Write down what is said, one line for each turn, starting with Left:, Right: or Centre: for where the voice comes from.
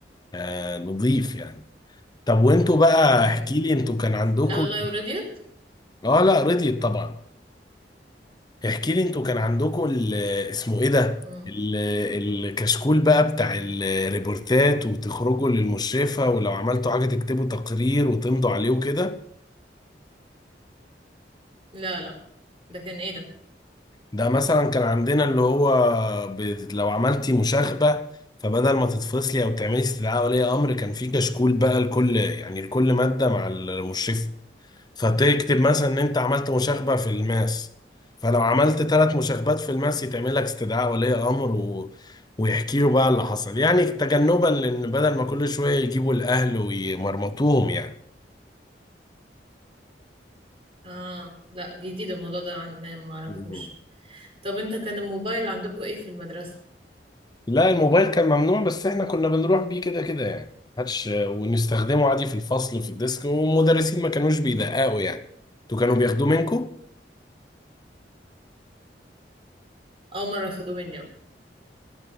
Left: آه، نظيف يعني طب وانتوا بقى احكي
Right: مم.
Left: لي انتوا كان عندكم
Right: لا والله ورضيت
Left: اه لا رضيت طبعا احكي لي انتوا كان عندكم ال- اسمه ايه ده
Right: مم.
Left: ال- الكشكول بقى بتاع الريبورتات وتخرجوا للمشرفة ولو عملتوا حاجة تكتبوا تقرير وتمضوا عليه وكده
Right: لا لا ده كان ايه ده
Left: ده مثلا كان عندنا اللي هو ب- لو عملتي مشاغبة فبدل ما تتفصلي او تعملي استدعاء ولي امر كان في كشكول بقى لكل يعني لكل مادة مع المشرفة فتكتب مثلا ان انت عملت مشاغبة في الماس فلو عملت ثلاث مشاغبات في الماس يتعمل لك استدعاء ولي امر و... ويحكي له بقى اللي حصل يعني تجنبا لان بدل ما كل شوية يجيبوا الاهل ويمرمطوهم يعني
Right: اه لا جديد الموضوع ده عندنا ما اعرفوش
Left: مم.
Right: طب انت كان الموبايل عندكم ايه في المدرسة
Left: لا الموبايل كان ممنوع بس احنا كنا بنروح بيه كده كده يعني هاتش ونستخدمه عادي في الفصل في الديسك والمدرسين ما كانوش بيدققوا يعني انتوا كانوا بياخدوه منكم
Right: اول مرة خدوه مني